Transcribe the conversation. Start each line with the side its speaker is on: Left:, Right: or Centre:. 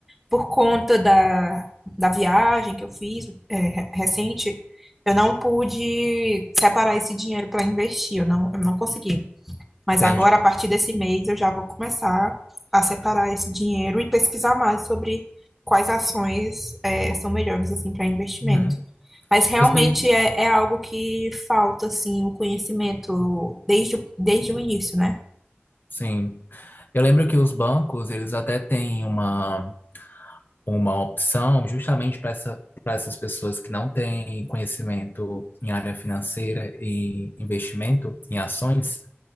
Centre: Por conta da, da viagem que eu fiz, é, re- recente, eu não pude separar esse dinheiro para investir, eu não, eu não consegui. Mas
Left: entendi.
Centre: agora, a partir desse mês, eu já vou começar a separar esse dinheiro e pesquisar mais sobre quais ações eh, são melhores assim para investimento.
Left: Uhum.
Centre: Mas realmente
Left: Eu sei,
Centre: é, é algo que falta assim o conhecimento desde, o- desde o início, né?
Left: sim. Eu lembro que os bancos, eles até têm uma, uma opção justamente para essa, para essas pessoas que não têm conhecimento em área financeira e investimento em ações,